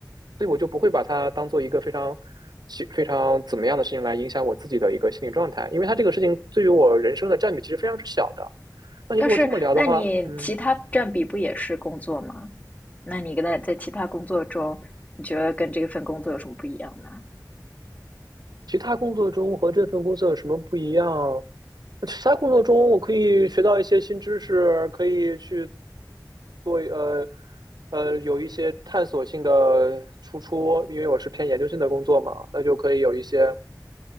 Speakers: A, on the right (about 65°); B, on the left (about 20°).
A: 所以我就不会把它当做一个非常其非常怎么样的事情来影响我自己的一个心理状态，因为它这个事情对于我人生的占比其实非常之小的。那你如果这么聊的话，
B: 但是，那你其他占比不也是工作吗？
A: 嗯。
B: 那你跟他在其他工作中，你觉得跟这份工作有什么不一样呢？
A: 其他工作中和这份工作有什么不一样？其他工作中我可以学到一些新知识，可以去做呃呃有一些探索性的输出，因为我是偏研究性的工作嘛，那就可以有一些